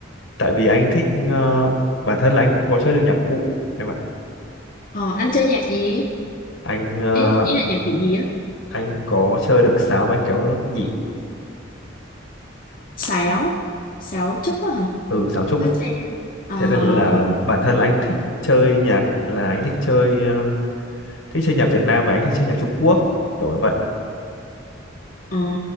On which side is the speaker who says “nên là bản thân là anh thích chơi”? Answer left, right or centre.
Left